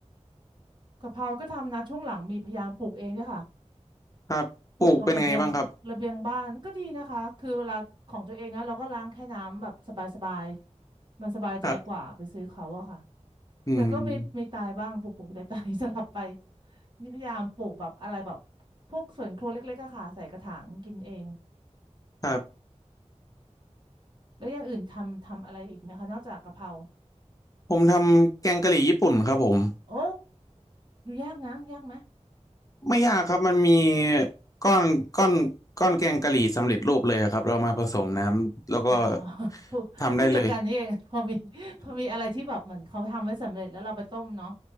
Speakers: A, on the right; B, on the left.
A: กะเพราก็ทำนะช่วงหลังมีพยายามปลูกเองเนี่ยค่ะ
B: ครับปลูกเป็นไงบ้างครับ
A: ปลูกตรงระเบียงระเบียงบ้านก็ดีนะคะคือเวลาของตัวเองนะเราก็ล้างแค่น้ำแบบสบายๆมันสบายใจกว่าไปซื้อเขาอะค่ะ
B: ครับอืม
A: แต่ก็ไม่ไม่ตายบ้างปลูกปลูกตายตาย <laughs> สลับไปนี่พยายามปลูกแบบอะไรแบบพวกสวนครัวเล็กๆอะค่ะใส่กระถางกินเอง
B: ครับ
A: แล้วอย่างอื่นทำทำอะไรอีกไหมคะนอกจากกะเพรา
B: ผมทำแกงกะหรี่ญี่ปุ่นครับผม
A: โอ้ดูยากนะยากไหม
B: ไม่ยากครับมันมีก้อนก้อนก้อนแกงกะหรี่สำเร็จรูปเลยครับเรามาผสมน้ำแล้วก็
A: อ๋อ <laughs> พวกพวกเดียวกันนี่เอง
B: ทำได้เลย
A: <laughs> พอมีพอมีอะไรที่แบบเหมือนเขาทำไว้สำเร็จแล้วเราไปต้มเนาะ